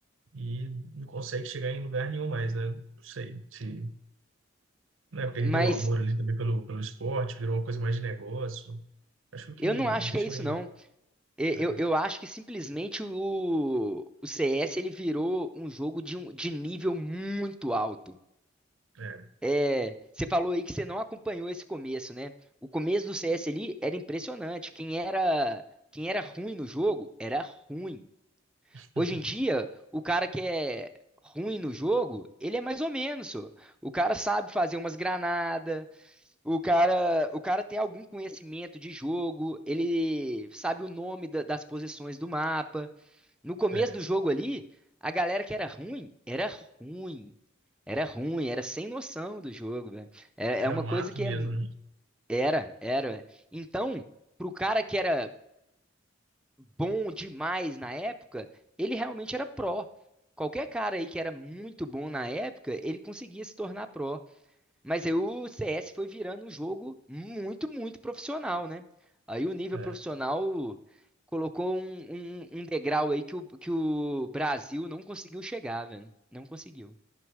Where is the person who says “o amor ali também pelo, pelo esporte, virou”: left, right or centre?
Right